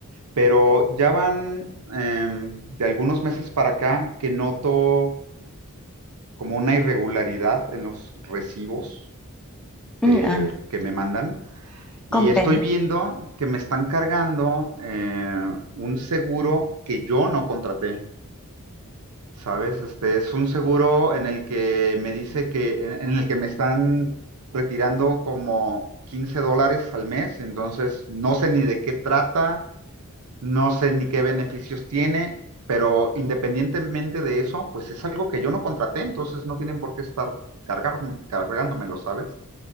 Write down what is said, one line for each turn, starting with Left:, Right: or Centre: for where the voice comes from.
Right: pero ya van em, de algunos meses para acá que noto como una irregularidad en los recibos que,
Centre: Mm, ah,
Right: que me mandan
Centre: comprendo.
Right: y estoy viendo que me están cargando eh, un seguro que yo no contraté, ¿sabes? Este es un seguro en el que me dice que, en, en el que me están retirando como 15 dólares al mes, entonces no sé ni de qué trata No sé ni qué beneficios tiene, pero independientemente de eso, pues es algo que yo no contraté, entonces no tienen por qué estar cargar, cargándomelo, ¿sabes?